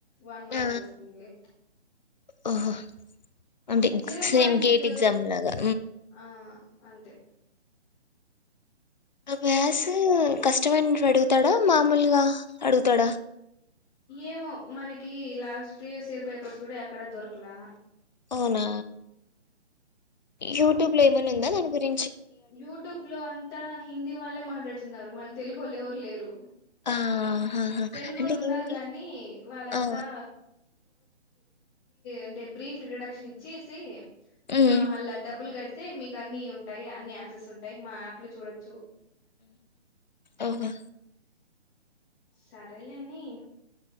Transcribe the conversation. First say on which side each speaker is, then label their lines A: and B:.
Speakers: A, on the left; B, on the left.
A: వన్ మార్క్
B: ఆ
A: పోతుంది
B: ఓహో అంటే
A: zero
B: same
A: point
B: GATE exam లాగా
A: ఆ అంతే
B: మ్యాథ్స్ కష్టమైన అడుగుతాడా మామూలుగా అడుగుతాడా
A: ఏమో మనకి లాస్ట్ ప్రీవియస్ ఇయర్ పేపర్స్ కూడా ఎక్కడ దొరకలా
B: అవునా యూట్యూబ్ లో ఏమన్నా ఉందా అని గురి
A: యూట్యూబ్ లో అంతా హిందీ వాళ్ళే మాట్లాడుతున్నారు మన తెలుగు వాళ్ళు ఎవరు లేరు
B: ఆ ఆహా
A: తెలుగులు
B: అంటే
A: ఉన్నారు
B: హిందీ
A: కాగానీ వాళ్ళంతా
B: ఆ
A: అంటే బ్రీఫ్ ఇంట్రొడక్షన్ ఇచ్చేసి
B: మ్మ్
A: ఆ మళ్ళా డబ్బులు కడితే మీకు అన్నిీ ఉంటాయి అన్ని యాక్సెస్ ఉంటాయి మా యాప్ లో చూడొచ్చు
B: ఓహో
A: సరేలేని